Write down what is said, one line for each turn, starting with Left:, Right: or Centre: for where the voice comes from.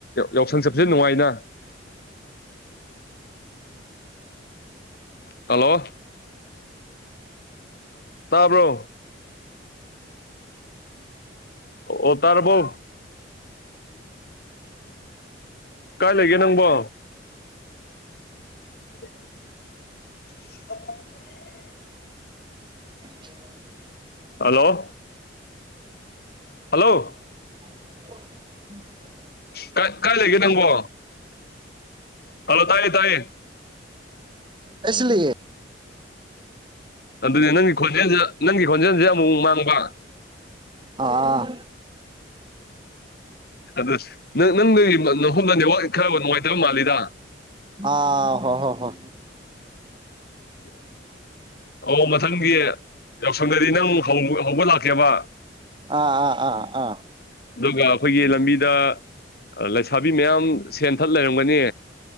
Left: ꯌꯥꯎꯁꯪ ꯆꯠꯁꯦ ꯅꯨꯡꯉꯥꯏꯅ ꯍꯜꯂꯣ ꯇꯥꯕ꯭ꯔꯣ ꯑꯣ ꯇꯔꯕꯣ ꯀꯥꯏ ꯂꯩꯒꯦ ꯅꯪꯕꯣ <inaudible> <inaudible>
Right: <inaudible>
Left: ꯍꯜꯂꯣ ꯍꯜꯂꯣ
Right: <unintelligible>
Left: ꯀ ꯀꯥꯏ ꯂꯩꯒꯦ ꯅꯪꯕꯣ ꯍꯜꯂꯣ ꯇꯥꯏ ꯇꯥꯏ
Right: ꯑꯩ ꯁꯤ ꯂꯩꯌꯦ
Left: ꯑꯗꯨꯅꯦ ꯅꯪꯒꯤ ꯈꯣꯟꯖꯦꯜꯁꯦ ꯅꯪꯒꯤ ꯈꯣꯟꯖꯦꯜꯁꯦ ꯑꯃꯨꯛ ꯃꯥꯡꯕ
Right: ꯑꯥ
Left: ꯑꯗꯁꯨ ꯅꯪ ꯅꯪ ꯅꯦꯋꯥꯛ ꯈꯔꯕ ꯅꯨꯡꯉꯥꯏꯇꯕ ꯃꯥꯜꯂꯤꯗ
Right: ꯑꯥ ꯍꯣ ꯍꯣ ꯍꯣ
Left: <unintelligible> ꯑꯣ ꯃꯊꯪꯒꯤ ꯌꯥꯎꯁꯪꯗꯗꯤ ꯅꯪ ꯍꯧ ꯍꯧꯕ ꯂꯥꯛꯀꯦꯕ
Right: ꯑꯥ ꯑꯥ ꯑꯥ ꯑꯥ
Left: ꯑꯗꯨꯒ ꯑꯩꯈꯣꯏꯒꯤ ꯂꯝꯕꯤꯗ ꯂꯩꯁꯥꯕꯤ ꯃꯌꯥꯝ ꯁꯦꯟ ꯊꯠ ꯂꯩꯔꯝꯒꯅꯤ